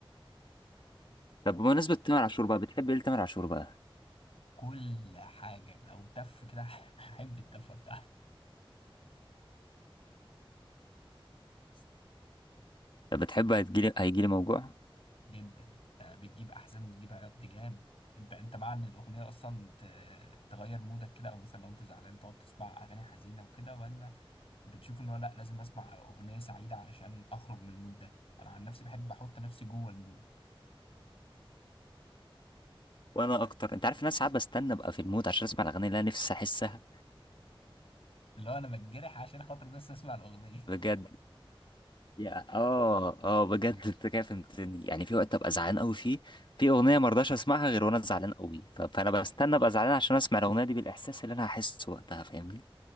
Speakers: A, on the left; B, on the left.
A: طب بمناسبة تامر عاشور بقى بتحب ايه لتامر عاشور بقى؟
B: كل حاجه لو تف كده <laughs> هحب التفه بتاعته
A: طب بتحب هتجيلي هيجيلي موجوع؟
B: جدا ده بتجيب احزان بتجيب عياط دي جامد انت انت مع ان الاغنيه اصلا ت... تغير مودك كده او مثلا لو انت زعلان تقعد تسمع اغاني حزينه وكده ولا بتشوف ان هو لا لازم اسمع اغنيه سعيده علشان اخرج من المود ده انا عن نفسي بحب احط نفسي جوه المود
A: وانا اكتر انت عارف إن انا ساعات بستنى ابقى في المود عشان اسمع الاغاني اللي انا نفسي احسها
B: اللي هو انا بتجرح عشان خاطر بس اسمع الاغنيه
A: بجد
B: <laughs>
A: يا اه اه بجد انت كده فهمتني يعني في وقت ابقى زعلان قوي فيه في اغنيه ما ارضاش اسمعها غير وانا زعلان قوي ف- فانا بستنى ابقى زعلان عشان اسمع الاغنيه دي بالاحساس اللي انا هحسه وقتها فاهمني